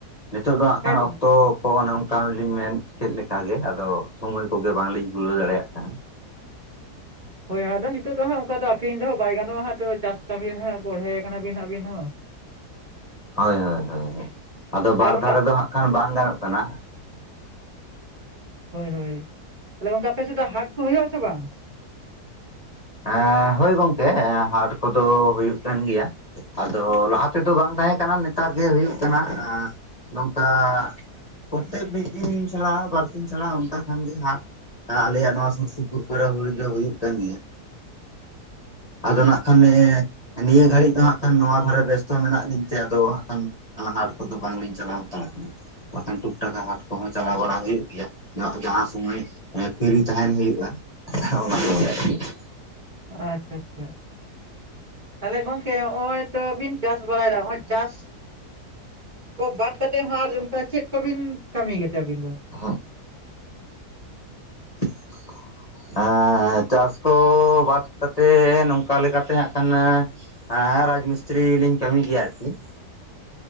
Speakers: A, on the left (about 30°); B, on the right (about 30°).
A: ᱱᱤᱛᱳᱜ ᱫᱚ ᱦᱟᱸᱜ ᱠᱷᱟᱱ
B: ᱦᱮᱸ
A: ᱚᱠᱛᱚ ᱠᱚ ᱚᱱᱮ ᱚᱱᱠᱟᱱ ᱨᱮ <unintelligible> ᱢᱮᱱ ᱠᱮᱫ ᱞᱮᱠᱟᱜᱮ ᱟᱫᱚ ᱥᱚᱢᱚᱭ ᱠᱚᱜᱮ ᱵᱟᱝᱞᱤᱧ ᱠᱷᱩᱞᱟᱹᱣ ᱫᱟᱲᱮᱭᱟᱜ ᱠᱟᱱᱟ᱾
B: ᱦᱳᱭ ᱟᱫᱚ ᱱᱤᱛᱚᱜ ᱫᱚ ᱦᱟᱸᱜ ᱚᱱᱠᱟ ᱫᱚ ᱟᱹᱠᱷᱨᱤᱧ ᱫᱚᱦᱟᱜ ᱵᱟᱭ ᱜᱟᱱᱚᱜ-ᱟ ᱦᱟᱜ ᱛᱚ ᱪᱟᱥ ᱠᱟᱹᱢᱤ ᱨᱮ ᱦᱟᱜ ᱵᱚᱲᱦᱮ ᱭᱟᱠᱟᱱᱟ ᱵᱤᱱ ᱦᱟᱜ ᱟᱵᱤᱱ ᱦᱚᱸ
A: ᱦᱳᱭ ᱦᱳᱭ ᱦᱳᱭ ᱟᱫᱚ
B: ᱛᱟᱦᱚᱞᱮ
A: ᱵᱟᱨ
B: ᱜᱚᱝᱠᱮ
A: ᱫᱷᱟᱨᱮ ᱫᱚ ᱦᱟᱸᱜ ᱠᱷᱟᱱ ᱵᱟᱝ ᱜᱟᱱᱚᱜ ᱠᱟᱱᱟ
B: ᱦᱳᱭ ᱦᱳᱭ ᱛᱟᱦᱚᱞᱮ ᱜᱚᱝᱠᱮ ᱟᱯᱮ ᱥᱮᱫ ᱫᱚ ᱦᱟᱴ ᱠᱚ ᱦᱩᱭᱩᱜ ᱟᱥᱮ ᱵᱟᱝ?
A: ᱮᱸ ᱦᱳᱭ ᱜᱚᱝᱠᱮ ᱦᱟᱴ ᱠᱚᱫᱚ ᱦᱩᱭᱩᱜ ᱠᱟᱱ ᱜᱮᱭᱟ ᱟᱫᱚ ᱞᱟᱦᱟ ᱛᱮᱫᱚ ᱵᱟᱝ ᱛᱟᱦᱮᱸ ᱠᱟᱱᱟ ᱱᱮᱛᱟᱨ ᱜᱮ ᱦᱩᱭᱩᱜ ᱠᱟᱱᱟ ᱱᱚᱝᱠᱟ ᱯᱚᱛᱮᱯ ᱢᱤᱫ ᱫᱤᱱ ᱪᱟᱞᱟᱜ-ᱟ, ᱵᱟᱨ ᱫᱤᱧ ᱪᱟᱞᱟᱜ-ᱟ, ᱚᱱᱠᱟ ᱠᱷᱟᱱ ᱜᱮ ᱦᱟᱴ ᱟᱞᱮᱭᱟᱜ ᱱᱚᱣᱟ ᱥᱩᱨ ᱥᱩᱯᱩᱨ ᱠᱚᱨᱮ ᱦᱩᱭ ᱦᱩᱭᱩᱜ ᱠᱟᱱ ᱜᱮᱭᱟ ᱟᱫᱚ ᱱᱟᱜ ᱠᱷᱟᱱᱞᱮ ᱱᱤᱭᱟᱹ ᱜᱷᱟᱹᱲᱤᱡ ᱫᱚ ᱦᱟᱸᱜ ᱠᱷᱟᱱ ᱱᱚᱣᱟ ᱠᱚᱨᱮ ᱵᱮᱥᱛᱚ ᱢᱮᱱᱟᱜ ᱞᱤᱧ ᱛᱮ ᱾ ᱟᱫᱚ ᱦᱟᱸᱜ ᱠᱷᱟᱱ ᱦᱟ-ᱦᱟᱴ ᱠᱚᱫᱚ ᱵᱟᱝᱞᱤᱧ ᱪᱟᱞᱟᱣ ᱦᱟᱛᱟᱲ ᱟᱠᱟᱱᱟ ᱾ ᱵᱟᱠᱷᱟᱱ ᱴᱩᱠ ᱴᱟᱠᱟ ᱦᱟᱴ ᱠᱚᱦᱚᱸ ᱪᱟᱞᱟᱣ ᱵᱟᱲᱟ ᱦᱩᱭᱩᱜ ᱜᱮᱭᱟ ᱾ ᱡᱟᱦᱟᱸ ᱥᱚᱢᱚᱭ ᱦᱮᱸ ᱯᱷᱤᱨᱤ ᱛᱟᱦᱮᱱ ᱦᱩᱭᱩᱜ-ᱟ᱾ ᱚᱱᱟ ᱠᱚ ᱯᱚᱨᱮ ᱟᱨᱠᱤ ᱾
B: ᱟᱪᱪᱷᱟ ᱟᱪᱪᱷᱟ ᱾ ᱛᱟᱦᱚᱞᱮ ᱜᱚᱝᱠᱮ ᱱᱚᱜ-ᱚᱭ ᱛᱚ ᱵᱤᱱ ᱪᱟᱥ ᱵᱟᱲᱟ ᱭᱮᱫᱟ ᱾ ᱱᱚᱜ-ᱚᱭ ᱪᱟᱥ ᱠᱚ ᱵᱟᱫ ᱠᱟᱛᱮᱫ ᱦᱚᱸ ᱟᱨ ᱚᱱᱠᱟ ᱪᱮᱫ ᱠᱚᱵᱤᱱ ᱠᱟᱹᱢᱤ ᱜᱮᱛᱮ ᱟᱹᱵᱤᱱ ᱫᱚ?
A: ᱦᱚᱜ <inaudible> ᱮᱸᱻ ᱪᱟᱥ ᱠᱚ ᱵᱟᱫ ᱠᱟᱛᱮᱜ ᱱᱚᱝᱠᱟ ᱞᱮᱠᱟᱛᱮ ᱦᱟᱜ ᱠᱷᱟᱱᱟ ᱦᱮᱸᱻ ᱨᱟᱡᱽ ᱢᱤᱥᱛᱨᱤ ᱞᱤᱧ ᱠᱟᱹᱢᱤ ᱜᱮᱭᱟ ᱟᱨᱠᱤ ᱾